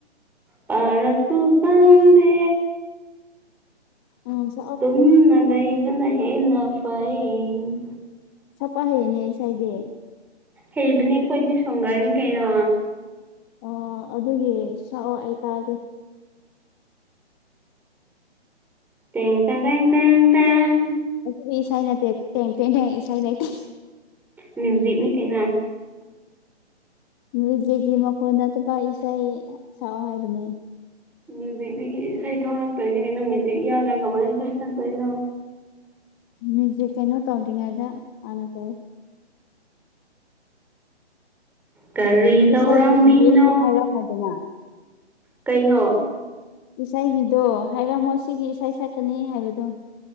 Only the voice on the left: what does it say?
ꯑꯁ
ꯁꯛꯄꯥ ꯍꯩꯌꯦꯅꯦ ꯏꯁꯩꯗꯤ
ꯑꯣ ꯑꯗꯨꯒꯤ ꯁꯛꯑꯣ ꯑꯩ ꯇꯥꯒꯦ
ꯑꯗꯨꯗꯤ ꯏꯁꯩ ꯅꯠꯇꯦ ꯇꯦꯡ ꯇꯦꯡ ꯇꯦꯟ ꯏꯁꯩ ꯂꯩꯇꯦ
ꯃ꯭ꯌꯨꯖꯤꯛꯀꯤ ꯃꯈꯣꯟ ꯅꯠꯇꯕ ꯏꯁꯩ ꯁꯛꯑꯣ ꯍꯥꯏꯕꯅꯦ
ꯃ꯭ꯌꯨꯖꯤꯛ ꯀꯩꯅꯣ ꯇꯧꯗꯔꯤꯉꯩꯗꯥ ꯍꯥꯟꯅꯥ ꯇꯧ
ꯏꯁꯩꯒꯤ ꯃꯌꯦꯛꯇꯣ <unintelligible>
ꯏꯁꯩꯒꯤꯗꯣ ꯍꯥꯏꯔꯝꯃꯣ ꯁꯤꯒꯤ ꯏꯁꯩ ꯁꯛꯀꯥꯅꯤ ꯍꯥꯏꯕꯗꯣ